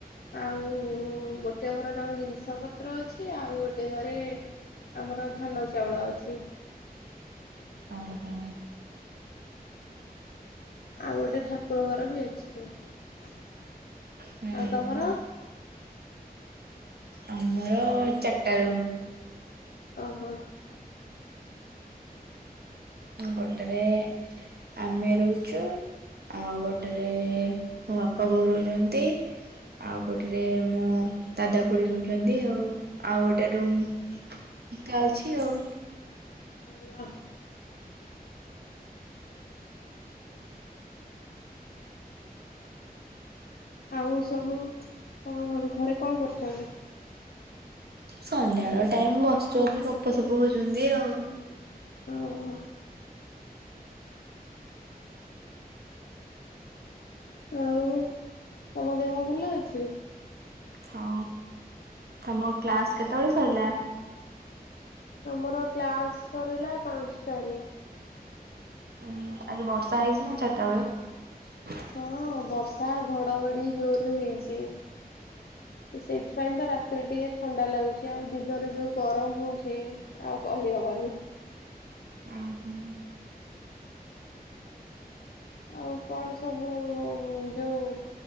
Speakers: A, on the left (about 80°); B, on the right (about 85°).
A: ଆଉ ଗୋଟେ ଘର ତାଙ୍କ ଜିନିଷ ପତ୍ର ଅଛି ଆଉ ଗୋଟେ ଘରେ ଆମର ଧାନ ଚାଉଳ ଅଛି।
B: ଓହୋ।
A: ଆଉ ଗୋଟେ ଠାକୁର ଘର ବି ଅଛି ଆଉ
B: ହୁଁ
A: ତମର।
B: ଆମର ହ ଚାର ଟା ରୁମ୍।
A: ଓ ହୋ।
B: ଗୋଟେରେ ଆମେ ରହୁଚୁ। ଆଉ ଗୋଟେରେ ମୋ ବାପା ବୋଉ ରହୁଚନ୍ତି। ଆଉ ଗୋଟେରେ ମୋ ଦାଦା ଖୁଡି ରହୁଛନ୍ତି ଆଉ ଆଉ ଗୋଟେ ରୁମ୍ ଫାଙ୍କା ଅଛି ଆଉ।
A: ଭଲ। ଆଉ ସବୁ ଅ ଘରେ କଣ କରୁଚନ୍ତି।
B: ସନ୍ଧ୍ୟାଳ ଟାଇମ୍ ବସିଚନ୍ତି ଗପ ସପ ହୋଉଚନ୍ତି ଆଉ।
A: ଓ ହୋ। ଆଉ ତମ ଦେହ ଭଲ ଅଛି।
B: ହଁ ତମ କ୍ଲାସ୍ କେତେବେଳେ ସରିଲା।
A: ତମର କ୍ଲାସ ସରିଲା ପାଁଶଟାରେ।
B: ଉୁଁ ଆଜି ବର୍ଷା ହେଇଛି ନା ଚାରିଟା ବେଳେ।
A: ହଁ ବର୍ଷା ଘଡଘଡି ଜୋର ରେ ହେଇଚି। ସେଇଥିପାଇଁ ତ ରାତ୍ରେ ଟିକେ ଥଣ୍ଡା ଲାଗୁଚି ଆଉ ଦିନରେ ଯୋଉ ଗରମ ହଉଚି ଆଉ କହିହବନି।
B: ଉ ହୁଁ।
A: ଆଉ କଣ ସବୁ ଯୋଉ